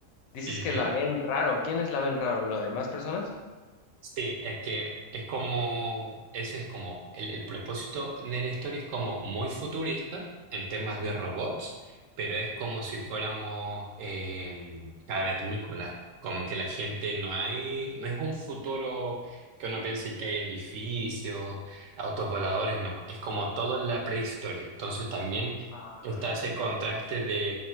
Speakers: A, on the left; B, on the right.
A: dices
B: Ujú.
A: que la ven raro. ¿Quiénes la ven raro? ¿Las demás personas?
B: Sí, es que es como, ese es como, el, el propósito de la historia es como muy futurista en temas de
A: Sí.
B: robots, pero es como si fuéramos eh, cavernícolas, como que la gente no hay, no es un futuro que uno piense que hay edificios, autos voladores, no, es como todo en la prehistoria. Entonces también
A: Ah,
B: está ese contraste de